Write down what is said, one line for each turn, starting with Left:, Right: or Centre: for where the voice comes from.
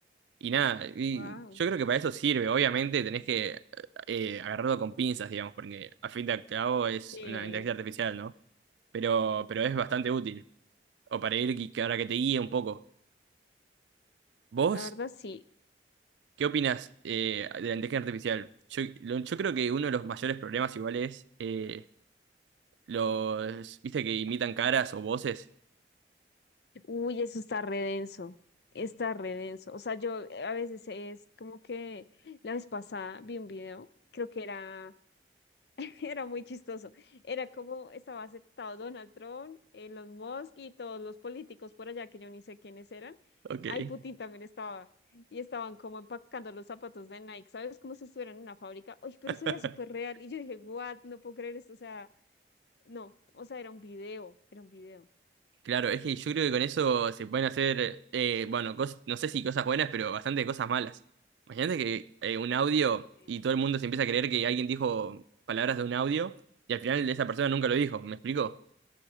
Right: Y nada, y
Left: wow,
Right: yo creo que para eso sirve. Obviamente tenés que eh, agarrarlo con pinzas, digamos, porque a fin de cabo es
Left: Sí,
Right: una inteligencia artificial, ¿no? Pero, pero es bastante útil. O para ir, que- que ahora que te guíe un poco. ¿Vos
Left: la verdad sí.
Right: qué opinás eh, de la inteligencia artificial? Yo, lo- yo creo que uno de los mayores problemas igual es eh, los, viste, que imitan caras o voces.
Left: Uy, eso está re denso, está re denso. O sea, yo eh, a veces es como que la vez pasada vi un video, creo que era <laughs> Era muy chistoso. Era como estaba aceptado Donald Trump, los Musk y todos los políticos por allá que yo ni sé quiénes eran.
Right: Ok.
Left: Ay, Putin también estaba. Y estaban como empacando los zapatos de Nike, ¿sabes? Como si estuvieran en una fábrica. Oye, pero
Right: <laughs>
Left: eso era súper real. Y yo dije, what, no puedo creer esto. O sea, no, o sea, era un video, era un video.
Right: Claro, es que yo creo que con eso se pueden hacer, eh, bueno, cos- no sé si cosas buenas, pero bastante cosas malas. Imagínate que eh, un audio
Left: Sí.
Right: y todo el mundo se empieza a creer que alguien dijo palabras de un audio y al final esa persona nunca lo dijo, ¿me explico?